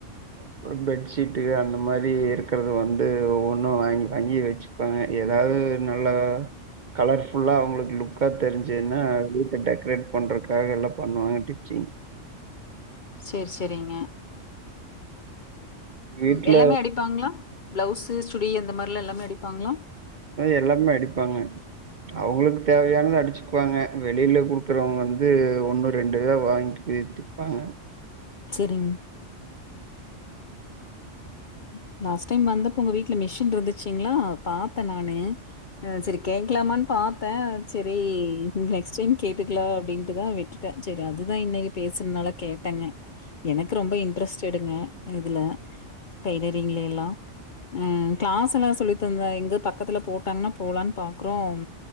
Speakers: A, on the right (about 50°); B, on the left (about 50°).
A: ப்புற பெட்ஷீட்டு அந்த மாதிரி இருக்கறது வந்து ஒ ஒண்ணும் வாங்கி வாங்கி வச்சுப்பாங்க ஏதாவது நல்லா கலர்ஃபுல்லா அவங்களுக்கு லுக்கா தெரிஞ்சுதுன்னா வீட்டை டெக்கரேட் பண்றக்காக எல்லாம் பண்ணுவாங்க டிச்சிங்
B: செரி செரிங்க
A: வீட்ல
B: உம் எல்லாமே அடிப்பாங்களா பிளவுஸ் சுடி அந்த மாரில்லாம் எல்லாமே அடிப்பாங்களா
A: எல்லாமே அடிப்பாங்க அவங்களுக்கு தேவையானது அடிச்சுக்குவாங்க வெளியில குடுக்குறவங்க வந்து ஒண்ணு ரெண்டுதா வாங்கி தைப்பாங்க.
B: சரிங்க உம் லாஸ் டைம் வந்தப்ப உங்க வீட்டுல மி்ஷ் இருந்துச்சுங்களா பாத்தேன் நானு சரி கேக்கலாமான்னு பாத்தேன் சரி நெக்ஸ் டைம் கேட்டுக்கலாம் அப்படின்ட்டுதான் விட்டுட்டேன் சரி அதுதான் இன்னைக்கு பேசுறதுனால கேட்டேங்க எனக்கு ரொம்ப இன்ட்ரஸ்ட் எடுங்க இதுல டைலரிங்ல எல்லாம் உம் கிளாஸ் எல்லாம் சொல்லி தந்தேன் எங்க பக்கத்துல போட்டாங்கன்னா போலான்னு பாக்குறோம்